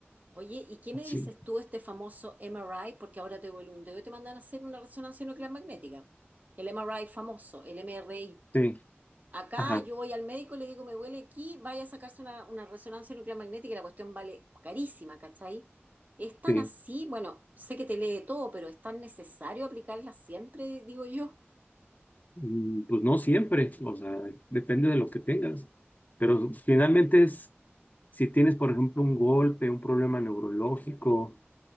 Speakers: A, on the right; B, on the left.
A: Oye, ¿y qué me
B: Sí,
A: dices tú este famoso MRI? Porque ahora te duele un dedo y te mandan a hacer una resonancia nuclear magnética. El MRI famoso, el MRI.
B: sí,
A: Acá
B: ajá,
A: yo voy al médico y le digo, me duele aquí, vaya a sacarse una, una resonancia nuclear magnética y la cuestión vale carísima, ¿cachai? ¿Es tan
B: sí.
A: así? Bueno, sé que te lee todo, pero ¿es tan necesario aplicarla siempre, digo yo?
B: Mm, Pues no siempre, o sea, depende de lo que tengas. Pero finalmente es, si tienes, por ejemplo, un golpe, un problema neurológico